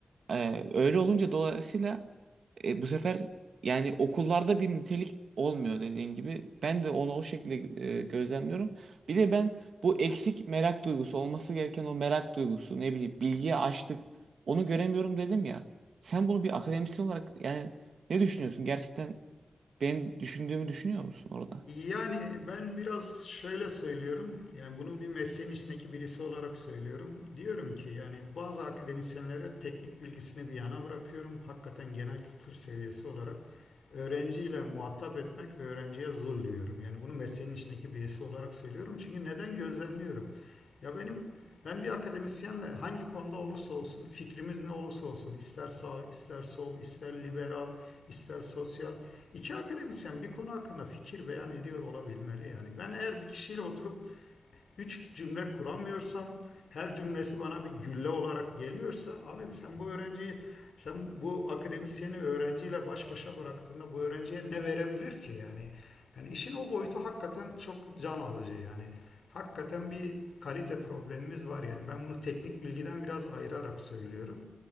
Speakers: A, on the right; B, on the left.
A: Ee, öyle olunca dolayısıyla e, bu sefer yani okullarda bir nitelik olmuyor dediğin gibi. Ben de onu o şekilde e, gözlemliyorum. Bir de ben bu eksik merak duygusu olması gereken o merak duygusu ne bileyim bilgiye açlık onu göremiyorum dedim ya. Sen bunu bir akademisyen olarak yani ne düşünüyorsun? Gerçekten ben düşündüğümü düşünüyor musun orada?
B: Yani ben biraz şöyle söylüyorum. Yani bunu bir mesleğin içindeki birisi olarak söylüyorum. Diyorum ki yani bazı akademisyenlere teknik bilgisini bir yana bırakıyorum. Hakikaten genel kültür seviyesi olarak öğrenciyle muhatap etmek öğrenciye zul diyorum. Yani bunu mesleğin içindeki birisi olarak söylüyorum. Çünkü neden gözlemliyorum? Ya benim ben bir akademisyenle hangi konuda olursa olsun fikrimiz ne olursa olsun ister sağ ister sol ister liberal ister sosyal İki akademisyen bir konu hakkında fikir beyan ediyor olabilmeli yani. Ben eğer bir kişiyle oturup üç cümle kuramıyorsam, her cümlesi bana bir gülle olarak geliyorsa, abim sen bu öğrenciyi, sen bu akademisyeni öğrenciyle baş başa bıraktığında bu öğrenciye ne verebilir ki yani? Yani işin o boyutu hakikaten çok can alıcı yani. Hakikaten bir kalite problemimiz var yani. Ben bunu teknik bilgiden biraz ayırarak söylüyorum.